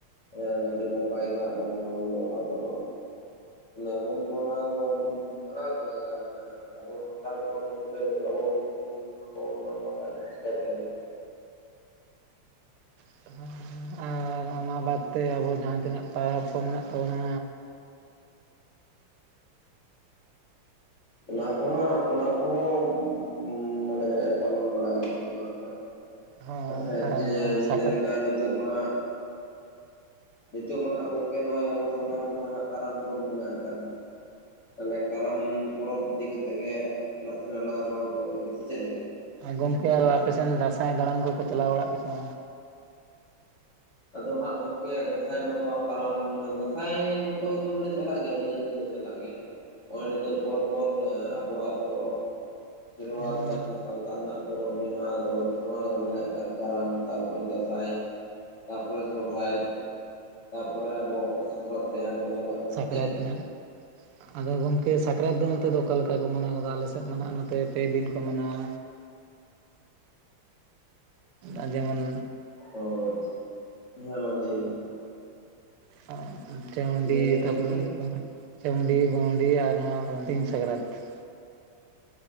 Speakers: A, on the left (about 35°); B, on the right (about 85°).
A: ᱦᱮᱸ ᱟᱹᱰᱤ ᱱᱟᱯᱟᱭ ᱜᱮ ᱢᱟᱱᱟᱣ ᱦᱩᱭᱩᱜᱼᱟ ᱚᱱᱟ ᱠᱚᱫᱚ᱾ ᱚᱱᱮ ᱦᱩᱞ ᱢᱟᱦᱟ ᱫᱚ ᱟᱹᱵᱤᱱ ᱢᱟᱱᱟᱣ ᱜᱮ ᱞᱟᱜᱟᱣ ᱟᱵᱤᱱᱟ ᱟᱵᱚ ᱥᱟᱱᱛᱟᱲ ᱦᱚᱯᱚᱱ ᱦᱩᱭ ᱠᱟᱛᱮ ᱟᱵᱚ ᱦᱤᱡᱩᱜ ᱦᱩᱞ ᱢᱟᱦᱟ ᱵᱟᱵᱚᱱ ᱢᱟᱱᱟᱣ ᱠᱷᱟᱡ ᱪᱤᱠᱟᱛᱮ ᱦᱩᱭ-ᱟ,
B: <unintelligible> ᱟᱨ ᱚᱱᱟ ᱵᱟᱫᱽᱛᱮ ᱟᱵᱚ ᱡᱟᱦᱟᱸ ᱛᱤᱱᱟᱹᱜ ᱯᱟᱨᱟᱵᱽ ᱠᱚ ᱢᱮᱱᱟᱜ ᱛᱟᱵᱚᱱᱟ
A: ᱚᱱᱟ ᱠᱚᱦᱟᱸ ᱚᱱᱟ ᱠᱚᱦᱚᱸ ᱢᱟᱱᱮ ᱯᱟᱞᱚᱱ ᱵᱟᱲᱟᱭ ᱜᱮ ᱦᱩᱭᱩᱜᱼᱟ ᱦᱟᱸᱜ᱾
B: ᱦᱳᱭ
A: ᱦᱮᱸ
B: ᱟᱨ
A: ᱡᱮ ᱡᱮᱛᱮ
B: ᱥᱟᱠᱨᱟᱛ
A: ᱞᱮᱠᱟ ᱱᱤᱛᱳᱜ ᱢᱟ ᱱᱤᱛᱚᱜ ᱢᱟᱦᱟᱜ ᱜᱚᱝᱠᱮ ᱱᱚᱜᱼᱚᱭ ᱟᱵᱚ ᱥᱟᱢᱟᱝ ᱨᱮᱢᱟ ᱦᱟᱸᱜ ᱠᱟᱨᱟᱢ ᱯᱚᱨᱚᱵᱽ ᱢᱮᱱᱟᱜ ᱟᱠᱟᱫᱟ᱾ ᱛᱟᱦᱚᱞᱮ ᱠᱟᱨᱟᱢ ᱯᱚᱨᱚᱵᱽ ᱤᱫᱤ ᱠᱟᱛᱮᱜ ᱜᱮ ᱱᱟᱥᱮ ᱱᱟ ᱞᱟᱝ ᱨᱚᱲ ᱜᱚᱫ ᱞᱮᱜᱮ ᱪᱮᱫ ᱞᱮᱠᱟ?
B: ᱜᱚᱢᱠᱮ ᱟᱨ ᱟᱯᱮᱥᱱ ᱫᱟᱹᱥᱟᱭ ᱫᱟᱬᱟᱱ ᱠᱚᱠᱚ ᱪᱟᱞᱟᱣ ᱵᱟᱲᱟᱜ ᱜᱮᱭᱟ?
A: ᱟᱫᱚ ᱦᱟᱸᱜ ᱜᱚᱝᱠᱮ ᱫᱟᱸᱥᱟᱭ ᱢᱟᱛᱚ ᱠᱟᱨᱟᱢ ᱫᱟᱸᱥᱟᱭ ᱢᱟᱛᱚ ᱮᱠᱫᱚᱢ ᱞᱮ ᱪᱟᱞᱟᱜ ᱜᱮᱭᱟ ᱱᱤᱦᱟᱹᱛ ᱜᱮ ᱪᱟᱞᱟᱜ ᱜᱮᱭᱟ᱾ ᱱᱚᱜᱼᱚᱭ ᱱᱤᱛᱚᱜ ᱯᱚᱨ ᱯᱚᱨ ᱟᱵᱚᱣᱟᱜ ᱯᱚᱨᱚᱵᱽ᱾ ᱥᱮᱨᱣᱟ
B: ᱦᱳᱭ
A: ᱨᱮᱱᱟᱜ ᱥᱮ ᱥᱟᱶᱛᱟ ᱨᱮᱱᱟᱜ ᱯᱚᱨᱚᱵᱽ ᱡᱟᱦᱟᱸ ᱟᱫᱚ ᱥᱟᱢᱟᱝ ᱨᱮ ᱢᱮᱱᱟᱜ ᱟᱠᱟᱫ ᱠᱚᱣᱟ᱾ ᱠᱟᱨᱟᱢ ᱛᱟᱯᱚᱨᱤ ᱫᱟᱸᱥᱟᱭ᱾ ᱛᱟᱯᱚᱨᱮ ᱥᱚᱨᱦᱟᱭ ᱛᱟᱯᱚᱨᱮ ᱟᱵᱚ ᱥᱟᱠᱨᱟᱛ ᱥᱮᱫ ᱵᱚᱱ ᱪᱟᱞᱟᱜ ᱠᱟᱱᱟ
B: ᱥᱟᱠᱨᱟᱛ
A: ᱪᱮᱫᱞᱮᱠᱟ?
B: ᱱᱟᱦᱟᱜ ᱟᱫᱚ ᱜᱚᱝᱠᱮ ᱥᱟᱠᱨᱟᱛ ᱫᱚ ᱚᱱᱛᱮ ᱫᱚ ᱚᱠᱟ ᱞᱮᱠᱟ ᱠᱚ ᱢᱟᱱᱟᱣ ᱜᱚᱫᱟ? ᱟᱞᱮ ᱥᱮᱫ ᱱᱚᱛᱮ ᱯᱮ ᱫᱤᱱ ᱠᱚ ᱢᱟᱱᱟᱣᱟ ᱟᱨ ᱡᱮᱢᱚᱱ
A: ᱚᱪᱷᱟ ᱦᱮᱸ ᱢᱟ ᱞᱟᱹᱭᱤᱱ
B: <inaudible>
A: ᱞᱟᱹᱭ ᱵᱤᱱ ᱜᱚᱝᱠᱮ